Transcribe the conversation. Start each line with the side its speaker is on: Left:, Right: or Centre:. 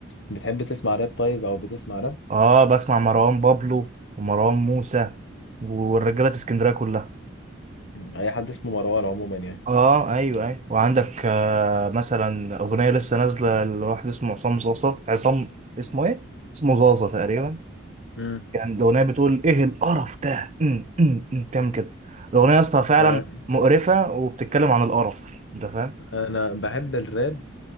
Left: بتحب تسمع راب طيب أو بتسمع راب
Right: اه بسمع مروان بابلو ومروان موسى والرجاله اسكندريه كلها
Left: أي حد اسمه مروان عموما يعني
Right: اه ايوه ايوه وعندك آه مثلا اغنيه لسه نازله لواحد اسمه عصام زازا عصام اسمه ايه اسمه زازا تقريبا
Left: مم.
Right: كان الأغنية بتقول إيه القرف ده أم، أم، أم، بتعمل كده الأغنية يا اسطى فعلا
Left: آه،
Right: مقرفة وبتتكلم عن القرف أنت فاهم
Left: أنا بحب الراب